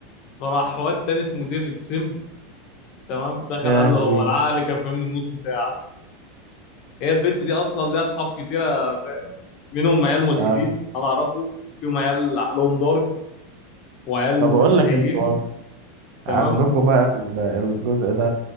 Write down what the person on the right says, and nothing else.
يا
وي
اه
ما بقول
لك انتوا
عندكوا بقى ال- الجزء ده